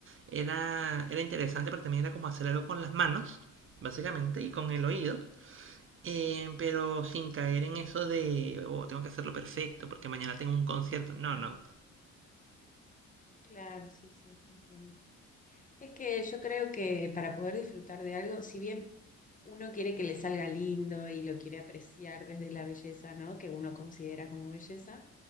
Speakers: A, on the right; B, on the left.
A: Era, era interesante, pero también era como hacer algo con las manos, básicamente, y con el oído. Eh, pero sin caer en eso de, oh, tengo que hacerlo perfecto porque mañana tengo un concierto. No,
B: Claro,
A: no.
B: claro, sí, sí, entiendo. Es que yo creo que para poder disfrutar de algo, si bien uno quiere que le salga lindo y lo quiere apreciar desde la belleza, ¿no? Que uno considera como belleza,